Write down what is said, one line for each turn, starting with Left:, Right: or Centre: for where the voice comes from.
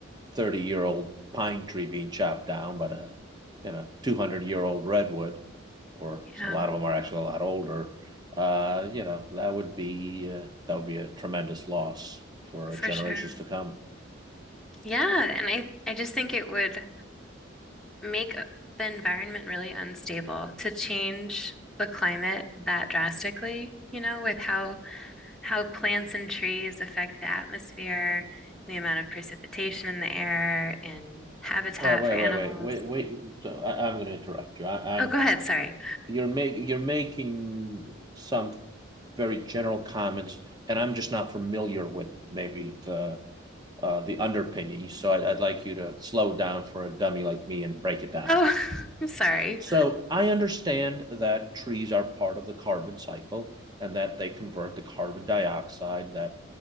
Right: 30 year old pine tree being chopped down, but a you know 200 year old redwood, or
Centre: yeah,
Right: a lot of them are actually a lot older. Uh, you know that would be uh, that would be a tremendous loss for
Centre: for
Right: uh, generations
Centre: sure.
Right: to come.
Centre: Yeah, and I I just think it would make the environment really unstable to change the climate that drastically, you know, with how how plants and trees affect the atmosphere, the amount of precipitation in the air, and habitat
Right: Wait, wait,
Centre: for animals.
Right: wait, wait, wait, wait. So I, I'm going to interrupt you. I, I'm
Centre: Oh, go ahead. Sorry.
Right: you're making you're making some very general comments, and I'm just not familiar with maybe the uh, the underpinning. So I, I'd like you to slow it down for a dummy like me and break it down.
Centre: Oh, <laughs> I'm sorry.
Right: So I understand that trees are part of the carbon cycle and that they convert the carbon dioxide that